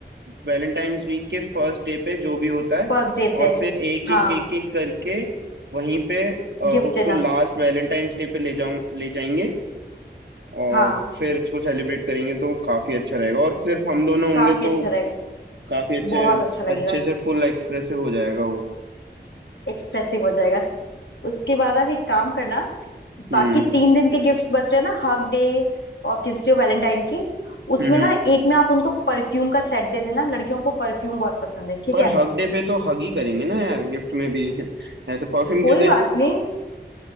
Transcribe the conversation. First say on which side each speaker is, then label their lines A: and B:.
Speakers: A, on the right; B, on the left.
A: वैलेंटाइंस वीक के फर्स्ट डे पे जो भी होता है
B: फर्स्ट डे से
A: और फिर एक एक
B: हाँ
A: एक एक करके वहीं पे अ, उसको
B: गिफ्ट देना
A: लास्ट वैलेंटाइंस डे पे ले जाऊं ले जाएंगे और
B: हाँ
A: फिर उसको सेलिब्रेट करेंगे तो काफी अच्छा रहेगा और सिर्फ हम दोनों
B: काफी
A: होंगे तो
B: अच्छा रहेगा
A: काफी अच्छे
B: बहुत अच्छा लगेगा
A: अच्छे से फुल एक्सप्रेसिव हो जाएगा वो
B: एक्सप्रेसिव हो जाएगा उसके बाद आप एक काम करना
A: हम्म
B: बाकी तीन दिन के गिफ्ट्स बच रहे हैं ना हग डे और किस डे वैलेंटाइन की उसमें
A: हम्म हम्म।
B: ना एक में आप उनको परफ्यूम का सेट दे देना लड़कियों को परफ्यूम बहुत पसंद है ठीक
A: पर
B: है
A: हग डे पे तो हग ही करेंगे ना यार गिफ्ट में भी <laughs> ऐसे परफ्यूम
B: कोई
A: क्यों दें
B: बात नहीं